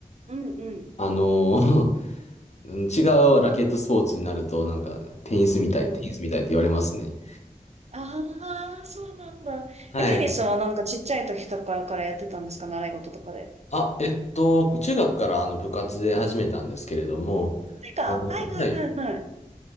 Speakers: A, on the right (about 50°); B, on the left (about 50°).
A: うん、うん、
B: あの <laughs> うん違うラケットスポーツになると、なんか、テニスみたい、
A: うん。
B: テニスみたいって言われますね。
A: ああ、そうなんだ。
B: はい。
A: え、テニスはなんかちっちゃい時とかからやってたんですか習い事とかで。
B: あ、えっと、中学からあの部活で始めたんですけれども、
A: てか、
B: あの、
A: はいはいはいはい。
B: はい。